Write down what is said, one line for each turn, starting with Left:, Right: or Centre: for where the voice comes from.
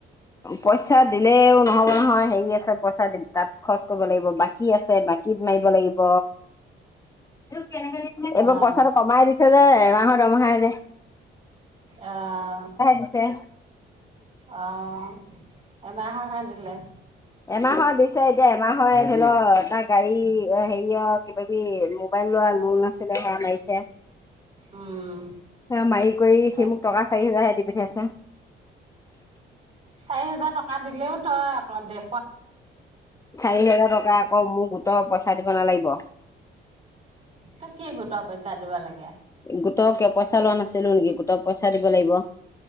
Left: পইচা দিলেও নহব নহয়, হেৰি আছে পইচা দিম। তাত খৰচ কৰিব লাগিব। বাকী আছে বাকীত মাৰিব লাগিব। কেনেকে এদমে
Right: অ
Left: পইচাটো কমাই দিছে যে, এমাহৰ ৰমহাই ৰে
Right: অ'
Left: দিছে
Right: অ' এমাহৰ হে দিলে।
Left: এমাহৰ দিছে, এতিয়া এমাহৰ ধৰি ল এটা গাড়ী হেৰিয়ক কিবা, কিবি মোবাইল লোৱা লোন আছে। এ ফালে হেয়া মাইছে,
Right: উম
Left: হেয়া মাৰি কৰি
Right: তাৰপিছত
Left: সি মোক টকা চাৰি হোজাৰহে দি পঠিয়াইছে
Right: চাৰি হেজাৰ টকা দিলেও তই আক দে
Left: চাৰি হোজাৰ টকা আকৌ মোৰ গোটৰ পইচা দিব নালাগিব।
Right: তই কি গোটৰ পইচা দিব লাগে?
Left: গোটক কিয় পইচা লোৱা নাছিলো নেকি, গোটক পইচা দিব লাগিব।